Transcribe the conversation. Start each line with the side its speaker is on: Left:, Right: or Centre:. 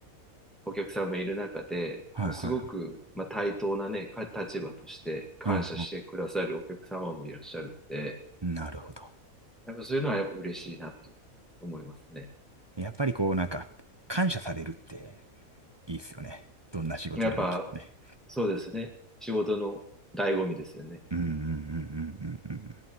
Centre: お客さんもいる中で、
Right: あ。はいはいはい。
Centre: もうすごく、まあ、対等なね、か立場として感謝してくださるお客様もいらっしゃるんで、
Right: うんうん。なるほど。
Centre: やっぱそういうのはやっぱ嬉しいなっていうふうに思いますね。
Right: やっぱりこうなんか感謝されるっていいっすよね。どんな仕事でもきっとね。
Centre: やっぱそうですね。仕事の醍醐味ですよね。
Right: うんうんうんうんうんうん。